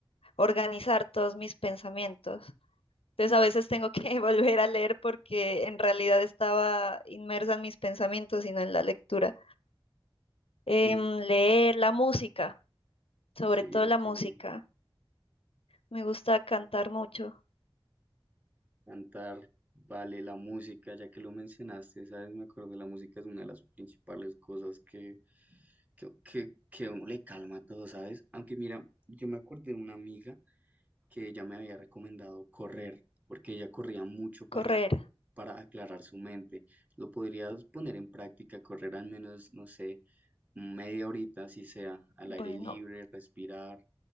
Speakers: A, on the left (about 85°); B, on the right (about 15°).
A: organizar todos mis pensamientos. Entonces a veces tengo que <laughs> volver a leer porque en realidad estaba inmersa en mis pensamientos y no en la lectura. Em,
B: Mm,
A: leer la música, sobre
B: Sí,
A: todo
B: ok.
A: la música. Me gusta cantar mucho,
B: Cantar, vale, la música, ya que lo mencionaste, sabes, me acordé, la música es una de las principales cosas que, que, que, que a uno le calma todo, ¿sabes? Aunque mira, yo me acordé de una amiga que ella me había recomendado correr, porque ella corría mucho para,
A: correr.
B: para aclarar su mente. Lo podrías poner en práctica, correr al menos, no sé, media horita, si sea, al
A: Bueno,
B: aire libre, respirar.